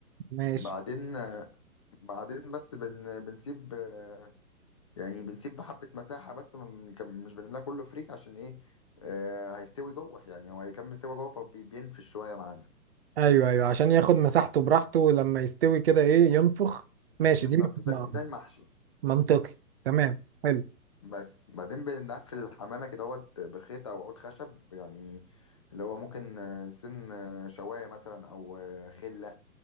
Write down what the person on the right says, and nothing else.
ماشي
ايوه ايوه عشان ياخد مساحته براحته لما يستوي كده ايه ينفخ ماشي
دي
م-
منطقي تمام حلو